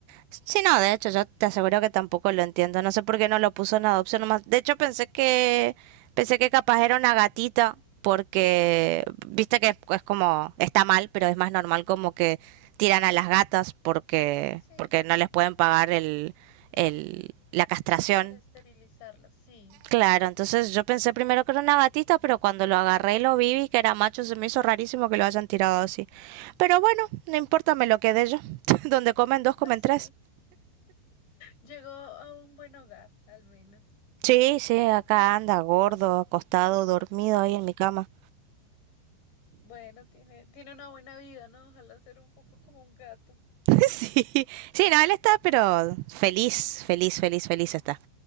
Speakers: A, on the right; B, on the left.
A: Sí, no, de hecho, yo te aseguro que tampoco lo entiendo. No sé por qué no lo puso en adopción nomás. De hecho, pensé que pensé que capaz era una gatita porque viste que es, es como está mal, pero es más normal como que tiran a las gatas porque
B: Sí,
A: porque no les pueden pagar el, el la castración.
B: para esterilizarlas. sí.
A: Claro, entonces yo pensé primero que era una gatita, pero cuando lo agarré y lo vi vi que era macho, se me hizo rarísimo que lo hayan tirado así. Pero bueno, no importa, me lo quedé yo. <laughs> Donde comen dos, comen
B: Pues sí.
A: tres.
B: Llegó a un buen hogar, al menos.
A: Sí, sí, acá anda gordo, acostado, dormido ahí en mi cama.
B: Bueno, tiene, tiene una buena vida, ¿no? Ojalá ser un poco como un gato.
A: <laughs> Sí, sí, no, él está, pero feliz, feliz, feliz, feliz está.